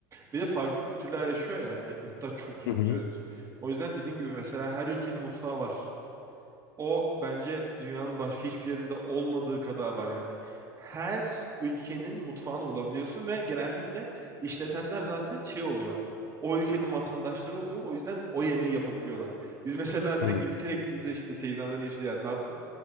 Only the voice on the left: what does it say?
Hı hı.
Hı.